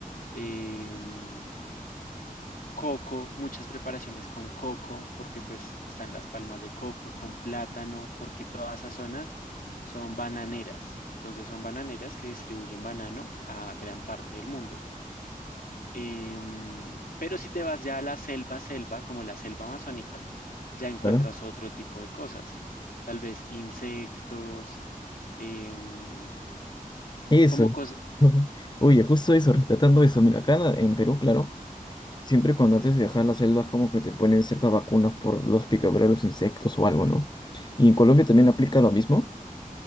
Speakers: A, on the left; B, on the left.
A: em, coco, muchas preparaciones con coco, porque pues están las palmas de coco, con plátano, porque toda esa zona son bananeras. Entonces son bananeras que distribuyen banano a gran parte del mundo. Em, pero si te vas ya a la selva, selva, como la selva amazónica, ya encuentras
B: claro.
A: otro tipo de cosas. Tal vez insectos, em,
B: Eso.
A: como cosas.
B: <laughs> Oye, justo eso, rescatando eso. Mira, acá en Perú, claro, siempre cuando antes de viajar a las selvas como que te ponen ciertas vacunas por los picaduras de los insectos o algo, ¿no? Y en Colombia también aplica lo mismo.